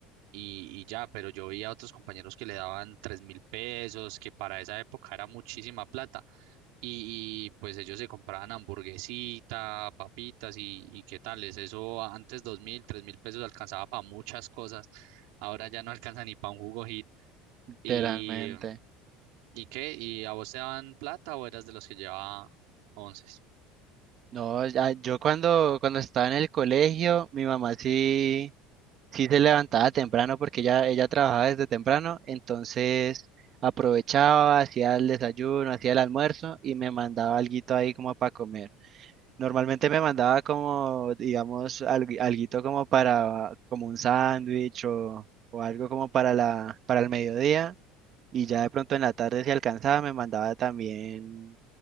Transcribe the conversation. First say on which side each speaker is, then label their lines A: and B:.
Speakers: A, on the right; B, on the right.
A: y, y ya, pero yo veía a otros compañeros que le daban tres mil pesos, que para esa época era muchísima plata y, pues ellos se compraban hamburguesita, papitas y, y qué tales. Eso antes dos mil, tres mil pesos alcanzaba para muchas cosas. Ahora ya no alcanza ni para un jugo hit.
B: Literalmente.
A: ¿Y, y qué? ¿Y a vos te daban plata o eras de los que llevaba once?
B: No, ya- yo cuando, cuando estaba en el colegio, mi mamá sí, sí se levantaba temprano porque ella, ella trabajaba desde temprano, entonces aprovechaba, hacía el desayuno, hacía el almuerzo y me mandaba alguito ahí como para comer. Normalmente me mandaba como, digamos, algo alguito como para, como un sándwich o, o algo como para la, para el mediodía. Y ya de pronto en la tarde, si alcanzaba, me mandaba también